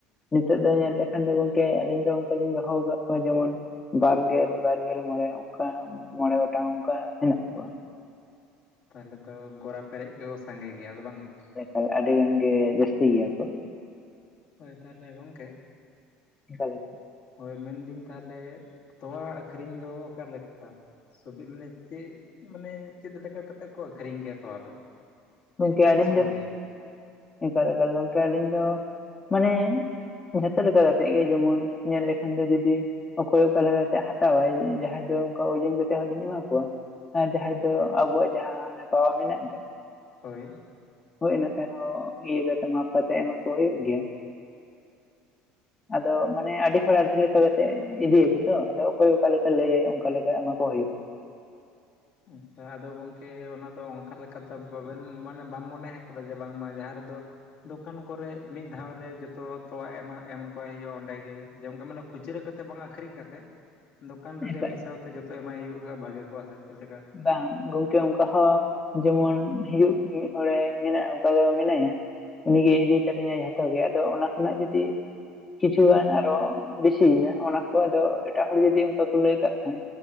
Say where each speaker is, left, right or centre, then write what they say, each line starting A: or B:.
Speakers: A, on the left; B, on the left.
A: ᱱᱤᱛᱚᱜ ᱫᱚ ᱧᱮᱞ ᱞᱮᱠᱷᱟᱱ ᱫᱚ ᱜᱚᱝᱠᱮ, ᱟᱹᱞᱤᱧ ᱫᱚ ᱚᱱᱠᱟ ᱞᱤᱧ ᱫᱚᱦᱚ ᱟᱠᱟᱫ ᱠᱚᱣᱟ, ᱡᱮᱢᱚᱱ ᱵᱟᱨᱜᱮᱞ ᱵᱟᱨᱜᱮᱞ ᱢᱚᱬᱮᱸ ᱚᱱᱠᱟ ᱢᱚᱬᱮᱸ ᱜᱚᱴᱟᱝ ᱚᱱᱠᱟ ᱦᱮᱱᱟᱜ ᱠᱚᱣᱟ ᱾
B: ᱛᱟᱦᱚᱞᱮ ᱫᱚ ᱜᱚᱲᱟ ᱯᱮᱨᱮᱡ ᱜᱮ ᱥᱟᱸᱜᱮ ᱜᱮᱭᱟ ᱟᱫᱚ ᱵᱟᱝ ᱛᱮ ᱾
A: ᱟᱨ ᱟᱹᱰᱤ ᱜᱟᱱ ᱜᱮ ᱡᱟᱹᱥᱛᱤ ᱜᱮᱭᱟᱠᱚ ᱾
B: ᱦᱳᱭ, ᱛᱟᱦᱚᱞᱮ ᱜᱚᱝᱠᱮ
A: ᱮᱠᱟᱞ ᱜᱮ ᱾
B: ᱦᱳᱭ, ᱢᱮᱱᱫᱟᱹᱧ ᱛᱟᱦᱚᱞᱮ ᱛᱚᱣᱟ ᱟᱹᱠᱷᱨᱤᱧ ᱫᱚ ᱚᱠᱟ ᱞᱮᱠᱟ? ᱥᱚᱵᱤᱨᱞᱮ ᱢᱟᱱᱮ ᱪᱮᱫ ᱢᱟᱱᱮ ᱪᱮᱫ ᱞᱮᱠᱟ ᱠᱟᱛᱮ ᱠᱚ ᱟᱹᱠᱷᱨᱤᱧ ᱜᱮᱭᱟ ᱛᱚᱣᱟ ᱫᱚ?
A: ᱜᱚᱝᱠᱮ
B: ᱪᱮᱫ ᱛᱮᱯᱮ
A: ᱟᱹᱞᱤᱧ
B: ᱥᱚᱝ
A: ᱫᱚ
B: ᱜᱮᱭᱟ?
A: ᱮᱠᱟᱞ ᱮᱠᱟᱞ ᱜᱚᱝᱠᱮ ᱟᱹᱞᱤᱧ ᱫᱚ ᱢᱟᱱᱮ ᱡᱷᱚᱛᱚ ᱞᱮᱠᱟ ᱠᱟᱛᱮ ᱜᱮ, ᱡᱮᱢᱚᱱ ᱧᱮᱞ ᱞᱮᱠᱷᱟᱱ ᱫᱚ ᱡᱩᱫᱤ ᱚᱠᱚᱭ ᱚᱠᱟ ᱞᱮᱠᱟᱛᱮ ᱦᱟᱛᱟᱣ ᱟᱭ᱾ ᱡᱟᱦᱟᱸᱭ ᱫᱚ ᱚᱱᱠᱟ ᱳᱡᱚᱱ ᱠᱟᱛᱮ ᱦᱚᱸᱞᱤᱧ ᱮᱢᱟ ᱠᱚᱣᱟ ᱾ ᱦᱮᱸ ᱡᱟᱦᱟᱸᱭ ᱫᱚ ᱟᱵᱚᱣᱟᱜ ᱡᱟᱦᱟᱸ ᱦᱟᱱᱟ ᱯᱟᱣᱟ ᱢᱮᱱᱟᱜ ᱫᱚ
B: ᱦᱳᱭ
A: ᱦᱳᱭ ᱚᱱᱟᱛᱮᱦᱚᱸ ᱤᱭᱟᱹ ᱠᱟᱛᱮ ᱢᱟᱯ ᱠᱟᱛᱮ ᱮᱢᱟ ᱠᱚ ᱦᱩᱭᱩᱜ ᱜᱮᱭᱟ᱾ ᱟᱫᱚ ᱢᱟᱱᱮ ᱟᱹᱰᱤ ᱦᱚᱲ ᱟᱹᱰᱤ ᱞᱮᱠᱟ ᱠᱟᱛᱮᱜ ᱤᱫᱤᱭᱟᱠᱚᱛᱚ ᱟᱫᱚ ᱚᱠᱚᱭ ᱚᱠᱟᱞᱮᱠᱟ ᱞᱟᱹᱭᱟᱭ ᱚᱱᱠᱟ ᱞᱮᱠᱟ ᱮᱢᱟ ᱠᱚ ᱦᱩᱭᱩᱜᱼᱟ᱾
B: ᱟᱪᱪᱷᱟ ᱟᱫᱚ ᱜᱚᱝᱠᱮ ᱚᱱᱟᱫᱚ ᱚᱱᱠᱟ ᱞᱮᱠᱟ ᱫᱚ ᱵᱟᱵᱮᱱ ᱢᱟᱱᱮ ᱵᱟᱢ ᱢᱚᱱᱮ ᱟᱠᱟᱫᱟ ᱡᱮ ᱵᱟᱝᱢᱟ ᱡᱟᱦᱟᱸ ᱨᱮᱫᱚ ᱫᱚᱠᱟᱱ ᱠᱚᱨᱮ ᱢᱤᱫ ᱫᱷᱟᱣ ᱨᱮ ᱡᱚᱛᱚ ᱛᱚᱣᱟ ᱮᱢᱟ ᱮᱢ ᱦᱚᱴᱚᱟᱭ ᱦᱩᱭᱩᱜᱼᱟ ᱚᱸᱰᱮᱜᱮ ᱡᱮᱢᱚᱱᱠᱟ ᱢᱟᱱᱮ ᱠᱷᱩᱪᱨᱟᱹ ᱠᱟᱛᱮ ᱵᱟᱝ ᱟᱹᱠᱷᱨᱤᱧ ᱠᱟᱛᱮ, ᱫᱚᱠᱟᱱ ᱨᱮᱜᱮ
A: ᱦᱮᱸᱥᱮ
B: ᱢᱤᱫ ᱥᱟᱶᱛᱮ ᱡᱚᱛᱚ ᱮᱢᱟᱭ ᱦᱩᱭᱩᱜ ᱠᱷᱟ ᱵᱷᱟᱜᱮ ᱠᱚᱜᱼᱟ ᱥᱮ ᱪᱮᱫ ᱞᱮᱠᱟ?
A: ᱵᱟᱝ, ᱜᱚᱝᱠᱮ ᱚᱱᱠᱟ ᱦᱚᱸ ᱡᱮᱢᱚᱱ ᱦᱤᱡᱩᱜ ᱢᱤᱫ ᱦᱚᱲᱮ ᱢᱮᱱᱟᱜᱼᱟ ᱚᱱᱠᱟ ᱫᱚ ᱢᱮᱱᱟᱭᱟ᱾ ᱩᱱᱤᱜᱮᱭ ᱤᱫᱤ ᱛᱟᱞᱤᱧᱟ ᱡᱷᱚᱛᱚ ᱜᱮ ᱟᱫᱚ ᱚᱱᱟ ᱠᱷᱚᱱᱟᱜ ᱡᱩᱫᱤ ᱠᱤᱪᱷᱩᱜᱟᱱ ᱟᱨᱚ ᱵᱮᱥᱤᱭᱮᱱᱟ ᱚᱱᱟ ᱠᱚ ᱟᱫᱚ ᱮᱴᱟᱜ ᱦᱚᱲ ᱡᱩᱫᱤ ᱚᱱᱠᱟ ᱠᱚ ᱞᱟᱹᱭ ᱠᱟᱜ ᱠᱷᱟᱱ